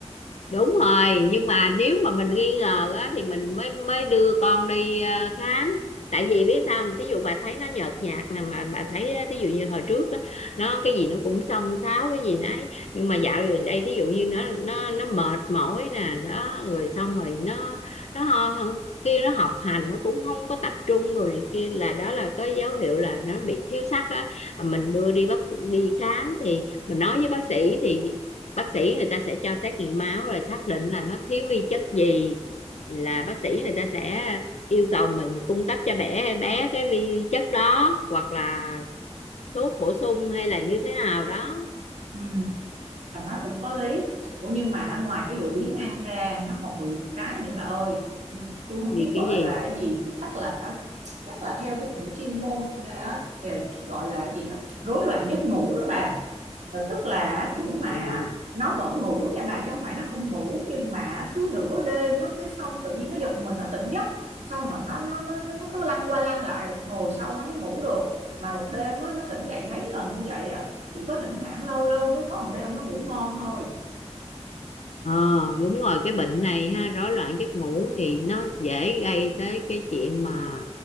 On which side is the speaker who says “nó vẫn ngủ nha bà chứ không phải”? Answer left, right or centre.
Right